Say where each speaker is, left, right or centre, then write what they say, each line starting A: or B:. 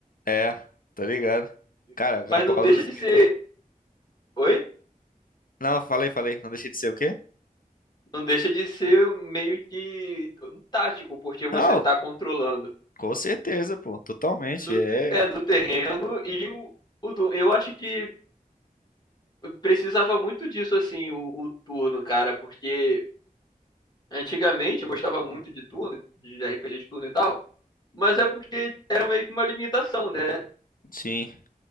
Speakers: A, on the left; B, on the left.
A: É, tô ligado.
B: Ligado.
A: Cara, Cabal
B: Mas não deixa
A: dos
B: de
A: Reis.
B: ser. Oi?
A: Não, falei, falei. Não deixei de ser o quê?
B: Não deixa de ser meio que um tático, porque você
A: Não,
B: tá controlando
A: com certeza, pô. Totalmente.
B: no,
A: É.
B: é, no terreno e o, o tu- eu acho que precisava muito disso, assim, o, o turno, cara, porque antigamente eu gostava muito de turno, de RPG de turno e tal, Mas é porque era meio que uma limitação, né?
A: Sim.